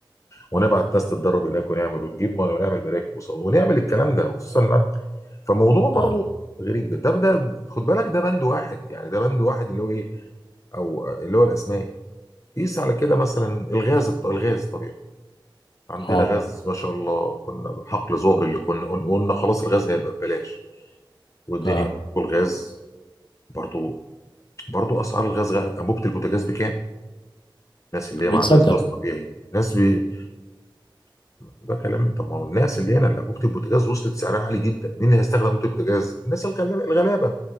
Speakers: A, on the left; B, on the left.
A: ونبعت ناس تتدرب هناك ونعمل ونجيب ميه ونعمل مراكب وص- ونعمل الكلام ده خصوصا إن- فموضوع برضو
B: اه
A: غريب جدا ده ده خد بالك ده بند واحد يعني ده بند واحد اللي هو ايه او آه، اللي هو الاسماك قيس على كده مثلا الغاز الط- الغاز طبيعي عندنا
B: اه
A: غاز ما شاء الله كنا حقل ظهر اللي كنا قلنا قلنا خلاص الغاز هيبقى ببلاش والدنيا
B: اه
A: والغاز برضو برضو اسعار الغاز غ- انبوبه البوتاجاز بكام؟ الناس اللي هي
B: بيتصدر
A: ما عندهاش غاز طبيعي الناس بي... ده كلام طب ما هو الناس اللي هنا اللي انبوبه البوتاجاز وصلت سعرها عالي جدا مين اللي هيستخدم انبوبه البوتاجاز؟ الناس الغلابه الغلابه